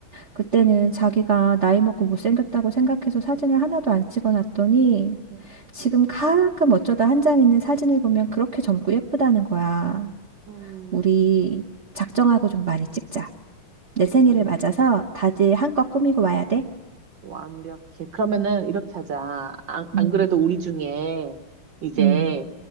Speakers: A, on the right (about 45°); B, on the right (about 60°).
A: 그때는 자기가 나이 먹고 못생겼다고 생각해서 사진을 하나도 안 찍어놨더니
B: 음,
A: 지금 가끔 어쩌다 한 장 있는 사진을 보면 그렇게 젊고 예쁘다는 거야.
B: 음.
A: 우리 작정하고 좀 많이 찍자. 내 생일을
B: 당연하지.
A: 맞아서 다들 한껏 꾸미고 와야 돼.
B: 완벽해. 그러면은 이렇게 하자. 안,
A: 음,
B: 안 그래도 우리 중에 이제
A: 음,